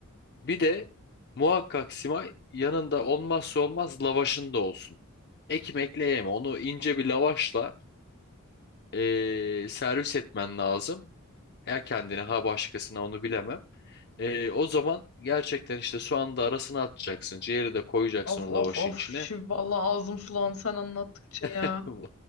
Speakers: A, on the left (about 50°); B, on the left (about 75°).
A: Bir de muhakkak Simay yanında olmazsa olmaz lavaşın da olsun. Ekmekle yeme. Onu ince bir lavaşla eee, servis etmen lazım. Ya kendine ha başkasına onu bilemem. Ee, o zaman gerçekten işte soğanı da arasına atacaksın. Ciğeri de koyacaksın
B: of
A: o
B: of
A: lavaşın
B: of.
A: içine.
B: Şimdi vallahi ağzım sulandı sen anlattıkça ya.
A: <laughs>